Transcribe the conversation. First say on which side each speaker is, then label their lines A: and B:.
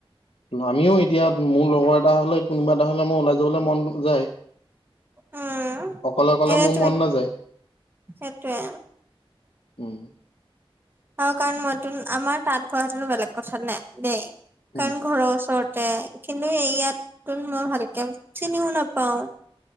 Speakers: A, on the left (about 85°); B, on the right (about 20°).
A: আমিও এতিয়া মোৰ লগৰ এটা হলে কোনোবা এটা হলে মই ওলাই যাবলৈ মন যায়
B: উম
A: অকলে অকলে
B: এইটোৱে
A: মোৰ মন নাযায়
B: সেইটোৱে
A: উম
B: আৰু কাৰণ মইত আমাৰ তাত হোৱাতনো বেলেগ কথা নে দেই
A: উম
B: কাৰণ ঘৰৰ ওচৰত কিন্তু এই ইয়াত মই ভালকে চিনিও নাপাও